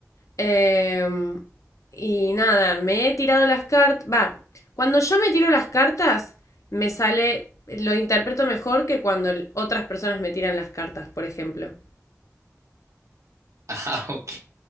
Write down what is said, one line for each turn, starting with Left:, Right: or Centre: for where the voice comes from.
Left: eh, y nada, me he tirado las cartas. Va, cuando yo me tiro las cartas, me sale. Lo interpreto mejor que cuando otras personas me tiran las cartas, por ejemplo.
Right: <laughs> Ah, ok.